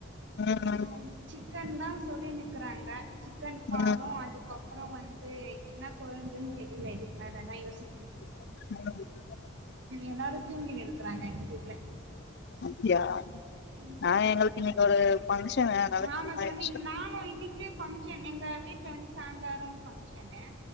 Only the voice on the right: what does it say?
அது ம சிக்கன் தா சொல்லினு இக்குறாங்க சிக்கன் பாலு
அதுக்கப் அப்ற வந்து என்ன கொழும்புன் தெரியில இதுக்கு மேலதா யோசிக்கனு
எல்லாரு தூங்கினு இருக்குறாங்க எங்க வீட்ல
ம்
க்ம்
ஆமா
சொன்னீங்க நானு இன்னிக்கு ஃபங் என் எங்க வீட்ல வந்து சாயந்தரோ ஃபங்கஷனு